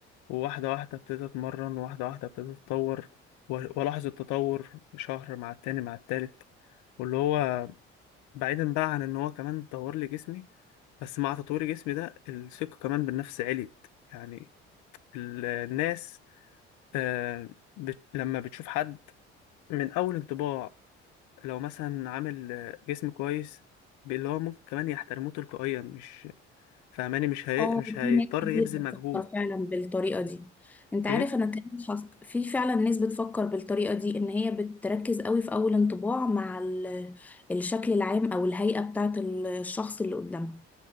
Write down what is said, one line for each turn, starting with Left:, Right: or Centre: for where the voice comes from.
Left: وواحده واحده ابتديت اتمرن واحده واحده ابتديت اتطور و- والاحظ التطور شهر مع التاني مع التالت واللي هو بعيدا بقى عن ان هو كمان طور لي جسمي بس مع تطوير جسمي ده الثقه كمان بالنفس عليت يعني ال- الناس آه بت... لما بتشوف حد من اول انطباع لو مثلا عامل آه، جسم كويس اللي هو ممكن كمان يحترموه تلقائيا مش فاهماني مش هي...
Centre: اه
Left: مش هيضطر
Centre: في ناس كتير
Left: يبذل
Centre: بتفكر
Left: مجهود
Centre: فعلا بالطريقة دي انت عارف
Left: ايه
Centre: انا كمان حص... في فعلا ناس بتفكر بالطريقة دي ان هي بتركز قوي في اول انطباع مع ال... الشكل العام او الهيئة بتاعة ال- الشخص اللي قدامها